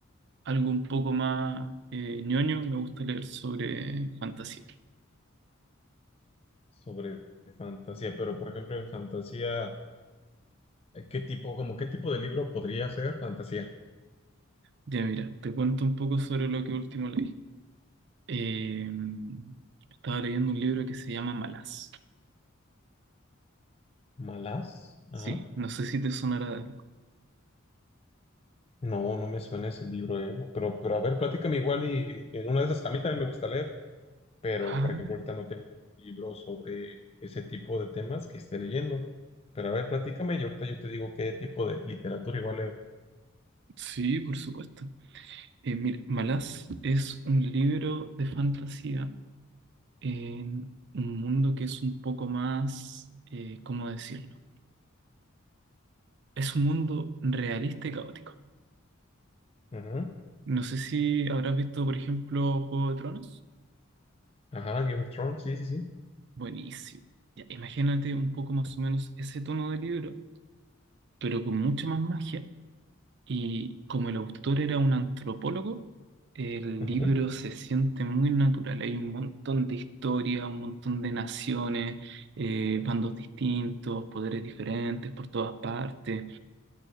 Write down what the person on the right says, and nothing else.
algo un poco más eh, ñoño, me gusta leer sobre fantasía.
Ya mira, te cuento un poco sobre lo que último leí. Eh, estaba leyendo un libro que se llama Malaz.
Sí, no sé si te sonará de algo.
Ah,
sí, por supuesto. Eh, mira, Malaz es un libro de fantasía en un mundo que es un poco más, eh, ¿cómo decirlo? Es un mundo realista y caótico.
No sé si habrás visto, por ejemplo, Juego de Tronos.
Buenísimo. Ya, imagínate un poco más o menos ese tono de libro, pero con mucha más magia. Y como el autor era un antropólogo, el
libro se siente muy natural. Hay un montón de historia, un montón de naciones, eh, bandos distintos, poderes diferentes por todas partes.